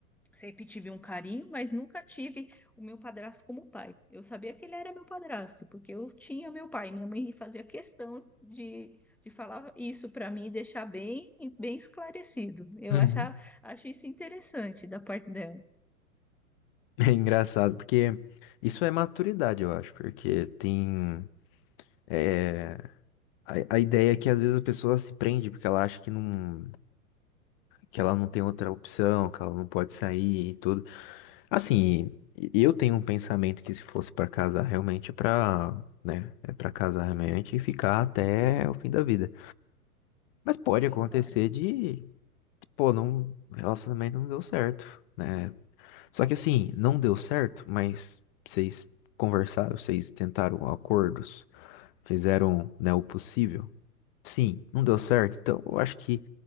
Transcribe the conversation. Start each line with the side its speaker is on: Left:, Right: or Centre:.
Centre: Sempre tive um carinho, mas nunca tive o meu padrasto como pai. Eu sabia que ele era meu padrasto, porque eu tinha meu pai. Minha mãe fazia questão de, de falar isso para mim, e deixar bem, bem esclarecido. Eu
Left: <laughs> uhum.
Centre: achava, acho isso interessante da parte dela.
Left: É engraçado, porque isso é maturidade, eu acho, porque tem. é, a, a ideia é que às vezes a pessoa se prende porque ela acha que não. que ela não tem outra opção, que ela não pode sair e tudo. Assim, eu tenho um pensamento que se fosse pra casar realmente é pra, né, é para casar realmente e ficar até o fim da vida. Mas pode
Centre: Sim,
Left: acontecer
Centre: claro.
Left: de, pô, não, o relacionamento não deu certo, né? Só que assim, não deu certo, mas vocês conversaram, vocês tentaram acordos, fizeram, né, o possível. Sim, não deu certo, então eu acho que